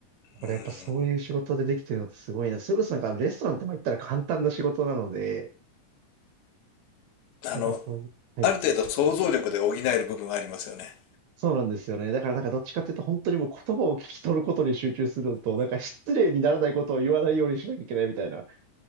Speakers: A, on the right; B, on the left.
A: だからやっぱそういう仕事でできてるのってすごいな。
B: うん。
A: それこそなんかレストランってまあ言ったら簡単な仕事なので、
B: あの、
A: なんかそういう、はい。
B: ある程度想像力で補える部分はありますよね。
A: そうなんですよね。だからなんかどっちかっていうと本当にもう言葉を聞き取ることに集中するのと、なんか失礼にならないことを言わないようにしなきゃいけないみたいな。